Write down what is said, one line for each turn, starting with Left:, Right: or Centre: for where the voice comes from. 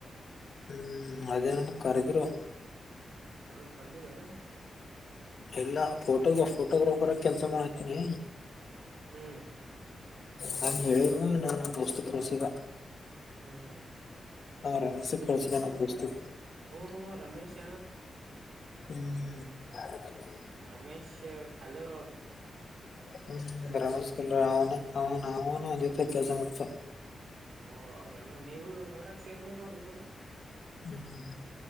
Left: ಹ್ಮ್ ಅದ ಎದರದ ಕಾರ್ಯಕ್ರಮ
Right: ಹೌದು ಬಂದಿದೆನು
Left: ಇಲ್ಲ ಇಲ್ಲ ಫೋಟೋಗ್ರಾಫರ್ ಆಗಿ ಕೆಲ್ಸ ಮಾಡಕತೀನಿ
Right: ಹ್ಮ್
Left: ನಾ ಹೇಳಿದ್ರು ನಮ್ಮ ದೋಸ್ತಗ ತಿನಿಸಿದ
Right: ಹ್ಮ್
Left: ಆರಾಮ್ಸೆ ಕಳಿಸಿದ್ನಲ್ಲ ನಮ್ ದೋಸ್ತಗ
Right: ಓಹೋ ರಮೇಶ
Left: ಹ್ಮ್
Right: ರಮೇಶ ಕಲ್ಲೂರ್ ಅವರು
Left: ಹ್ಮ್ ರಮೇಶ್ ಕಲ್ಲೂರು ಅವನು ಅವನು ಅವನು ಅದೇ ಕೆಲ್ಸ ಮಾಡ್ತನ
Right: ಹೂ ಹೌದನ್ನ ನೋಡಕ್ಕ ಸೇಮ್ ಅದಿರಿ ನೋಡು ನೀವು ಇಬ್ಬರು
Left: ಹ್ಮ್